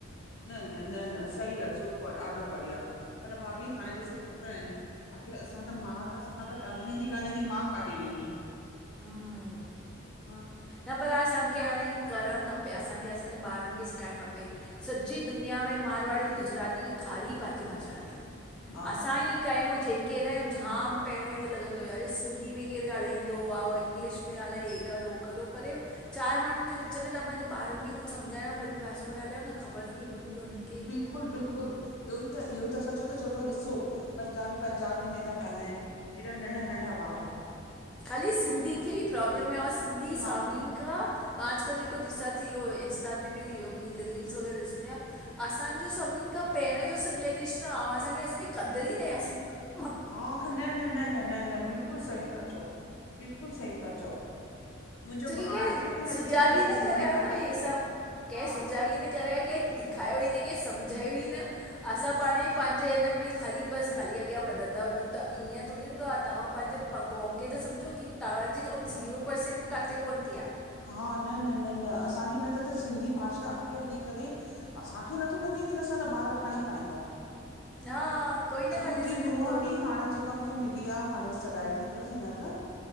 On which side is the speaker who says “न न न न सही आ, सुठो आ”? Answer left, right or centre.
Left